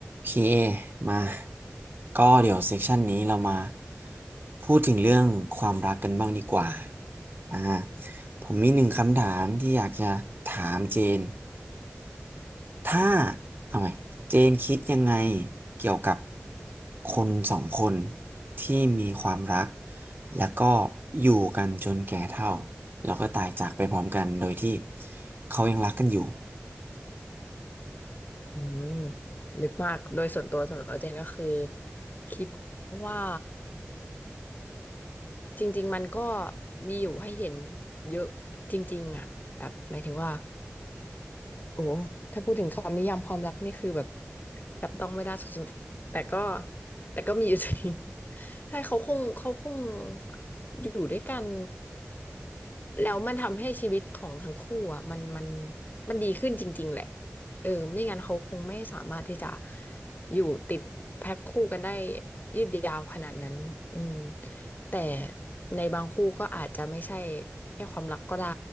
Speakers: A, on the right; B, on the left.
A: พีเอมาก็เดี๋ยวเซกชันนี้เรามาพูดถึงเรื่องความรักกันบ้างดีกว่าอ่าผมมีหนึ่งคำถามที่อยากจะถามเจนถ้าเอาใหม่เจนคิดยังไงเกี่ยวกับคนสองคนที่มีความรักแล้วก็อยู่กันจนแก่เฒ่าแล้วก็ตายจากไปพร้อมกันโดยที่เขายังรักกันอยู่
B: อืมลึกมากโดยส่วนตัวส่วนตัวเจนก็คือคิดว่าจริงๆมันก็มีอยู่ให้เห็นเยอะจริงๆอ่ะแบบหมายถึงว่าโอ้ถ้าพูดถึงคำนิยามความรักนี่คือแบบ จับต้องไม่ได้สุดๆ แต่ก็แต่ก็มีอยู่จริง <laughs> ใช่เขาคงเขาคงอยู่ด้วยกันแล้วมันทำให้ชีวิตของทั้งคู่อ่ะมันมันมันดีขึ้นจริงๆแหละเออไม่งั้นเขาคงไม่สามารถที่จะอยู่ติดแพ็คคู่กันได้ยืดยาวขนาดนั้นอืม แต่ในบางคู่ก็อาจจะไม่ใช่แค่ความรักก็ได้